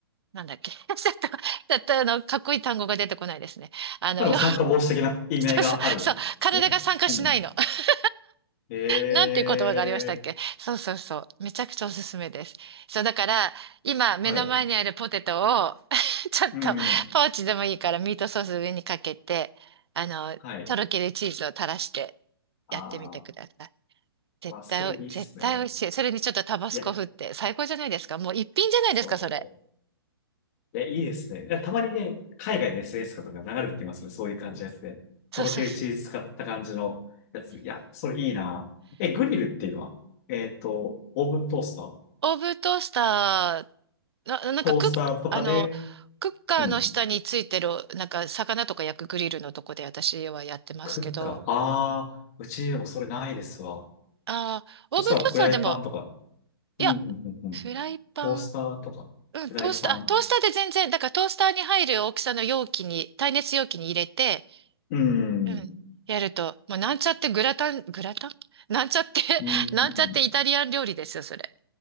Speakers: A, on the right; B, on the left.
A: なんだっけ <laughs> ちょっと、ちょっと、あの、かっこいい単語が出てこないですね。あの、
B: まあの酸化防止的な意味合いがあるんですね。
A: よそうそう、そう、体が参加しないの。
B: うん。
A: <laughs>
B: え
A: なんていう言葉がありましたっけそうそうそう。
B: え
A: めちゃくちゃおすすめです。そう、だから、今、目の前にあるポテトを
B: はい。
A: <laughs> ちょっと、
B: うん。
A: ポーチでもいいから、ミートソース上にかけて、あの、
B: はい。
A: とろけるチーズを垂らして、
B: ああ、
A: やってみてください。絶対お、
B: まあ、それいいっすね。
A: 絶対美味しい。それにちょっとタバスコ振って、
B: いや、
A: 最高じゃないですか。もう一品じゃないですか、
B: そう。
A: それ。
B: え、いいですね。いやたまにね、海外の SNS とかが流れてきますね。そういう感じのやつで。
A: そうそうそ
B: とろけるチーズ使った感じのやつ。いや、それいいな。え、グリルっていうのは、えっと、オーブントースター
A: う。オーブントースターな、なんかクッ、
B: トースターとかで、
A: あの、クッカーの下についてる、
B: うん、
A: なんか魚とか焼くグリルのとこで私はやってますけど、
B: クッカー。ああ、うちでもそれないですわ。
A: ああ、
B: そしたらフライパンとか、
A: オーブントースターでも、いや、
B: うん、うん、うん、うん。
A: フライパン、
B: トースターとか、
A: うん、
B: フライパン。
A: トースター、あ、トースターで全然、だからトースターに入る大きさの容器に、耐熱容器に入れて、
B: うん、うん、
A: うん、やると、もうなんちゃってグラタン、グラタン <laughs> なんちゃって
B: うん。
A: <laughs>
B: うん
A: なんちゃってイタリアン料理ですよ、それ。